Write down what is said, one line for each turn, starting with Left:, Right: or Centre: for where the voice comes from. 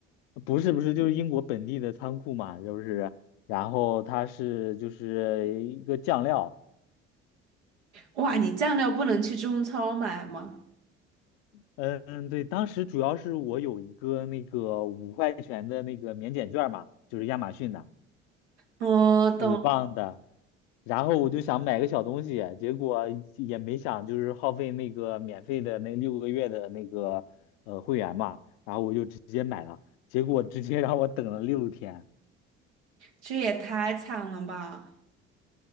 Left: 不是不是，就是英国本地的仓库嘛，就是，然后它是就是一个酱料，
Right: 哇，你酱料不能去中超买吗？
Left: 嗯嗯，对，当时主要是我有一个那个五块钱的那个免检券嘛，就是亚马逊的
Right: 我懂，
Left: 五磅的，然后我就想买个小东西，结果也没想就是耗费那个免费的那六个月的那个呃会员嘛，然后我就直接买了，结果直接让我等了六天，
Right: 这也太惨了吧！